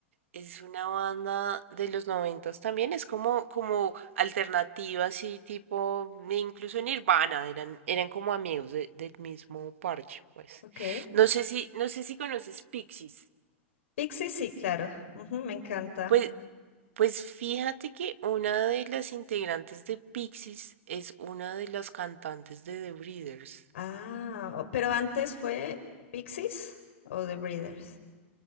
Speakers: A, on the right; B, on the left.
A: Es una banda de los noventas también, es como, como alternativa, así tipo, e incluso Nirvana, eran, eran como amigos de- del mismo parche, pues.
B: Ok.
A: No sé si, no sé si conoces Pixies.
B: Pixies, sí, claro. Ujú, me encanta.
A: Pues, pues fíjate que una de las integrantes de Pixies es una de las cantantes de The Breeders.
B: Ah, o- pero antes fue Pixies o The Breeders.